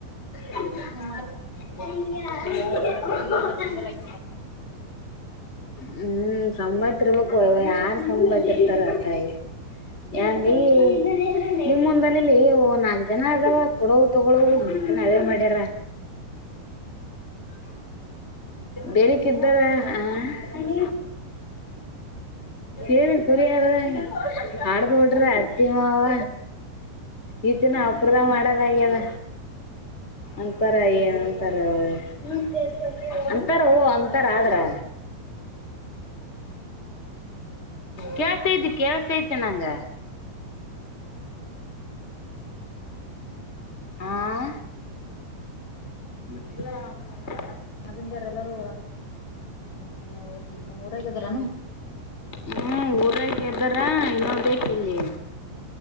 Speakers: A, on the left (about 20°); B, on the left (about 50°).
A: <unintelligible>
B: ನಮ್ಮ ಅಣ್ಣ ನೋಡ್ಕೊಡಕತ್ತೀವಿ
A: <unintelligible>
B: ಇನ್ನ ಸಿಗಲ್ಲ
A: ಹ್ಮ್ ಸಂಬತ್ ಇರ್ಬೇಕು. ಯಾರ್ ಸಂಂಬತ್ ಇರ್ತಾರ ತಾಯಿ ಯ ವೀ ನಿಮ್ ಮುಂದನಲಿ ನಾಕ್ ಜನ ಆದಾವ ಕೊಡವು ತಗೊಳವು ನಾವೇ ಮಾಡ್ಯಾರ.
B: <inaudible>
A: ಬೇರೆಕಿದ್ದಾರ ಹಾಂ? ಹ್ಮ್ ಏನ <unintelligible> ಅತ್ತಿ ಮಾವ ಈತ ನವುಪ್ರದ ಮಾಡೋದಾಗ್ಯದ. ಅಂತಾರ ಏನ್ ಅಂತಾರೊ <unintelligible> ಅಂತಾರ ಓ ಅಂತಾರ ಆದ್ರೆ ಕೇಳ್ತೈತಿ ಕೇಳುಸ್ತೈತಿ ನಂಗ. ಹಾಂ <unintelligible>
B: ನದಿಂದಾರ ಎಲ್ಲಾರೂ ಊ ಊರಾಗಿದಾರೇನು?
A: ಹ್ಮ್ ಊರಾಗೆ ಇದ್ದಾರ. ಇನ್ನೊ ಬೇಕಿಲ್ಲಿ